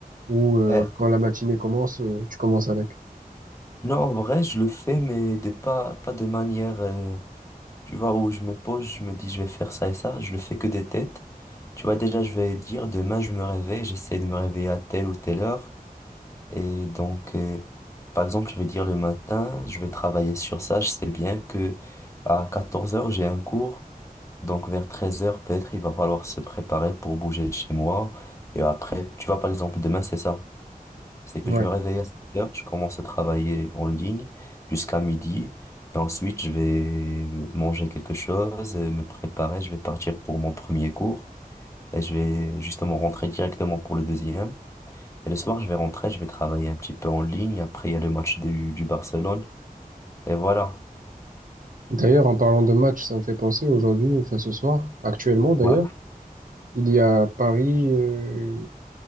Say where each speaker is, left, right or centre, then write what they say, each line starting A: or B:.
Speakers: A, on the right (about 60°); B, on the left (about 20°).
A: ou euh,
B: Ouais.
A: quand la matinée commence, euh, tu commences avec?
B: Non, en vrai, je le fais, mais de pas, pas de manière, euh, tu vois, où je me pose, je me dis, je vais faire ça et ça. Je le fais que des têtes. Tu vois, déjà, je vais dire, demain, je me réveille, j'essaie de me réveiller à telle ou telle heure. Et donc, euh, par exemple, je vais dire le matin, je vais travailler sur ça. Je sais bien que à 14 heures, j'ai un cours. Donc vers 13 heures peut-être, il va falloir se préparer pour bouger de chez moi. Et après, tu vois, par exemple, demain, c'est ça. C'est que
A: Ouais.
B: je me réveille à 7 heures, je commence à travailler en ligne jusqu'à midi. Et ensuite, je vais manger quelque chose, euh, me préparer. Je vais partir pour mon premier cours. Et je vais justement rentrer directement pour le deuxième. Et le soir, je vais rentrer, je vais travailler un petit peu en ligne. Après, il y a le match du, du Barcelone. Et voilà.
A: D'ailleurs, en parlant de match, ça me fait penser aujourd'hui, enfin ce soir, actuellement d'ailleurs,
B: Ouais.
A: il y a Paris, euh,